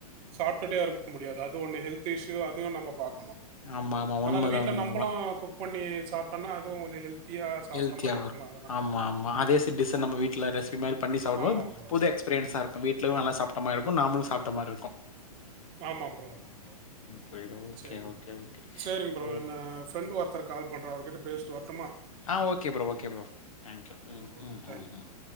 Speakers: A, on the right; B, on the left.
A: சாப்ட்டுட்டே இருக்க முடியாது அது ஒண்ணு ஹெல்த் இஸ்யு அதுவு நம்ப பாக்கணு
B: ஆமா, ஆமா.
A: ஆனால
B: உண்மதான்,
A: வீட்ல
B: உண்மதான்.
A: நம்பளு குக் பண்ணி சாப்ட்டோனா அதுவு கொஞ்சோ ஹெல்த் ஆ சாப்ட்ட
B: ஹெல்த்தியாவும்
A: மாரி இருக்கலா
B: இருக்கும். ஆமா ஆமா அதே ச டிஷ்ஷ நம்ம வீட்ல ரெசிபி மாரி பண்ணி சாப்டும்போது
A: ஆமாம் ப்ரோ,
B: புது
A: ஆமாம்
B: எக்ஸ்பீரியன்ஸாரு
A: ப்ரோ.
B: க்கு வீட்லயு நல்லா சாப்ட்ட மார்ருப்போ நாம்ளு சாப்ட்ட மாரிருக்கு
A: ஆமாம் ப்ரோ ஆமா ப்ரோ
B: புரியுது. Okay,
A: sharing
B: okay,
A: bro
B: okay.
A: Sharing bro
B: சரி.
A: என்ன ஃப்ரெண்ட்டு ஒர்த்தர் கால் பண்றா அவர்கிட்ட பேசி ட்டு வர்ட்டுமா
B: ஆ okay bro okay bro thank you ம்
A: ப்ரோ. ஓகே
B: ம்
A: ப்ரோ. தேங்க்
B: ம்
A: யூ
B: ம்
A: ப்ரோ.